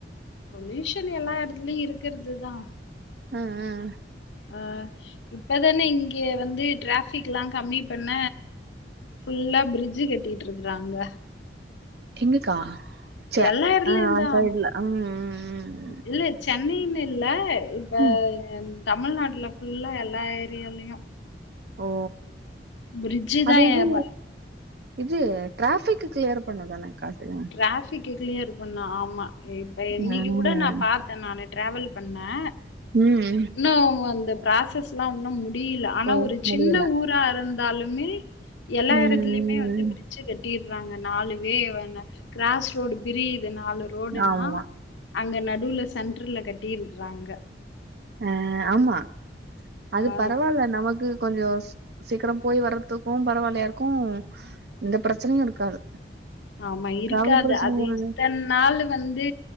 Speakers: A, on the left (about 80°); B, on the right (about 60°).
A: பொல்யூஷன் எல்லா எடத்துலயு இருக்கறதுதா
B: அ அ அ
A: ஆ இப்பதான இங்கே வந்து டிராஃபிக்ல்லா கம்மி பண்ண ஃபுல்லா பிரிட்ஜு கட்டிட்டுருக்குறாங்க
B: எங்கக்கா ச
A: எல்லா எடத்துலயுந்தா
B: ஆ சைட்ல ம் ம் ம்
A: இல்ல சென்னைன்னு இல்ல இப்ப
B: ம்
A: தமிழ்நாட்ல ஃபுல்லா எல்லா எரியாலயு
B: ஓ
A: பிரிட்ஜு
B: அது
A: தா
B: இது
A: ஏ வ
B: இது ட்ராபிக் க்கிளியர் பண்ணுதானே காடுல
A: ட்ராபிக் கிளியர் பண்ண ஆமா இப்ப இன்னைக்கு
B: ம்
A: கூட ந பாத் நானு ட்டிரேவல் பண்ணே
B: ம்
A: இன்னு அந்த ஃபராசஸ்ல்லா ஒன்னு முடியில ஆனா
B: போய்
A: ஒரு
B: முடியல
A: சின்ன ஊர் ரா இருந்தாலுமே எல்லா
B: ம்
A: எடத்துலயுமே வந்து பிரிஜ் ச்ச கட்டீறாங்க நாலுவே வண்ண கிராஸ் ரோடு பிரிது நாலு ரோடுனா
B: ஆமா
A: அங்க நடுல சென்டர்ல கட்டியிருக்றாங்க
B: அ ஆமா அது
A: ஆ
B: பரவால நமக்கு கொஞ்சோ சீக்ரம் போய் வர்றதுக்கு பரவாலையா இருக்கு எந்த பிரச்சனையு இருக்காது
A: ஆமா இருக்காது
B: டிராவல் பிரச்சனையு
A: அது
B: இரு
A: இத்தன் நாளு வந்து